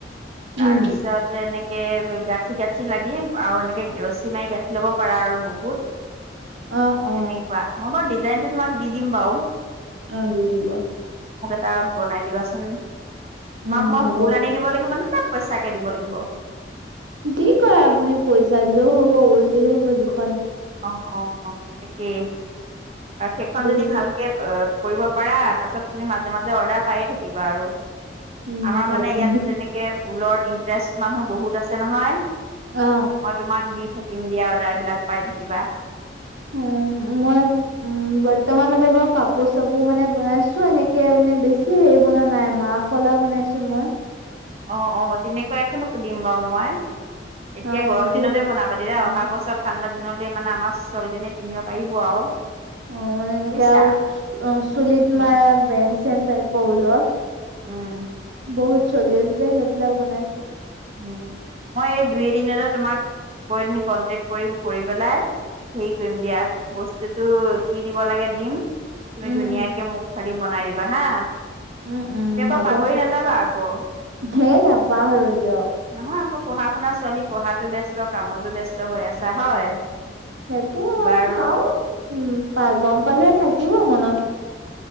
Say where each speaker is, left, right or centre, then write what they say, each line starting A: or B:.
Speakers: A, on the right (about 35°); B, on the right (about 90°).
A: তাৰপিছত
B: উম
A: এনেকে এহ, গাঠি গাঠি গাঠি লাগি আৰু এনেকে ৰছী মাৰি গাঁঠি লব পাৰা আৰু বুকুত
B: অ অ
A: তেনেকুৱা মই হ'ব দিছো ডিজাইনটো তোমাক দি দিম বাৰু
B: অহ দি দিব
A: তহ বনাই দিবাচোন
B: উম
A: মাক মই
B: হ'ব
A: ঊল আনি দিব লাগিব মানে পইচাকে দিব লাগিব
B: কি কৰে আপুনি পইচা দিলেও হ'ব ঊল দিলে হ'ব জোখ
A: অহ অহ অহ তাকে সেইখন
B: যোন
A: যদি ভালকে অহ কৰিব পাৰা তাৰপিছত তুমি মাজে মাজে অৰ্ডাৰ পায়ে থাকিবা আৰু
B: উম
A: আমাৰ
B: তাকে
A: মানে ইয়াত তেনেকে ঊলৰ ইণ্টাৰেষ্ট মানুহ বহুত আছে নহয়
B: অ
A: মই তোমাক দি থাকো <unintelligible> দিয়াৰ্দাৰবিলাক পাই থাকে কিবা
B: উম, মই, উম, বৰ্তমানলৈকে বাৰু কাপোৰ চাপোৰ কাপোৰ মানে বনাইছো এনেকে মানে বেছি হেৰি বনোৱা নাই মাহ ফলা বনাইছো মই
A: অঁ-অঁ তেনেকুৱা এখনো দিম বাৰু মই। এতিয়া
B: আৰু এনেকে
A: গৰম দিনতে বনাবা তেতিতিা
B: উম
A: অহা বছৰ ঠাণ্ডা দিন মানে আমাৰ ছবলজনেএ পিন্ধিব পাৰিব আৰু।
B: অঁ মানে এনেকে
A: বুজিছা
B: আও চুলিত
A: উম
B: মাৰা বেঞ্চ চে টাইপ ওলৰ
A: উম।
B: বহুত চলি আছে যে সেইবিলাক বনাই
A: উ' মই এই দুই এদিনৰে তোমাক মইদিন কন্টেকট কৰিম, কৰি পেলাই, হেৰি কৰিম দিয়া, বস্তুতটো কি দিব লাগে দিম তুমি
B: উম
A: ধুনীয়াকে মুখ চ়ী বনাই দিবা, হা।
B: উম উম,
A: তুমি আকৌ
B: হব,
A: পাহৰি নাযাবা আকৌ
B: সেই নাপাহৰো। ক দিয় <unintelligible>
A: নহয় আকৌ পঢ়া শুনা ছোৱালী পঢ়াতো ব্যস্ত কামতো ব্যস্ত হৈ আছা হয়
B: সেইটো
A: বাৰু
B: আও, উম পা গম পালে থাকিব মনত,